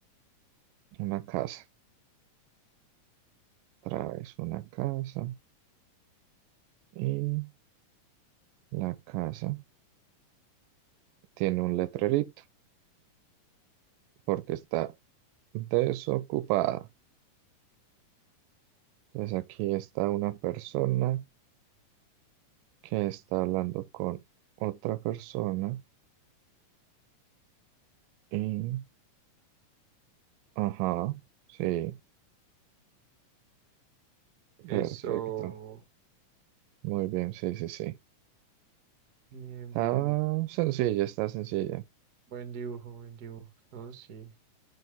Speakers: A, on the right; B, on the right.
A: una casa. Otra vez una casa. Y la casa tiene un letrerito porque está desocupada. Entonces aquí está una persona que está hablando con otra persona. Y, ajá, sí,
B: Eso.
A: perfecto. Muy bien, sí, sí, sí.
B: Bien,
A: Estaba
B: bien, bien.
A: sencilla, está sencilla.
B: Buen dibujo, buen dibujo. No, sí.